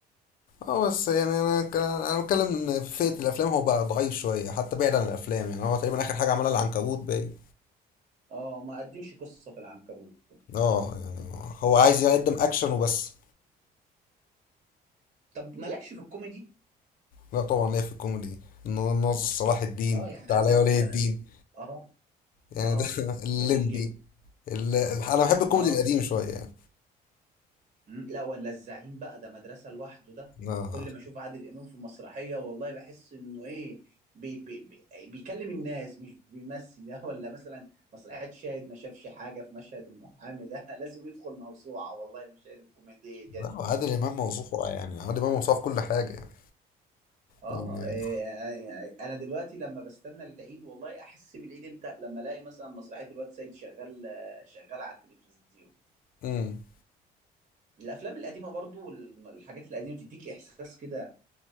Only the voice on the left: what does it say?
اه بس يعني انا ك... انا بتكلم ان في فئه الافلام هو بقى ضعيف شويه حتى بعيد عن الافلام يعني هو تقريبا اخر حاجه عملها العنكبوت باين
اه يعني هو عايز يقدم اكشن وبس
لا طبعا ليه في الكوميدي إنه ناصر صلاح الدين
تعالى
يا ولي
الدين
يعني
ده <laughs> الليمبي
ال- انا بحب الكوميدي
القديم شويه يعني
لا
لا
عادل امام موصوف يعني عادل امام موصوف كل حاجه يعني
يعني-
امم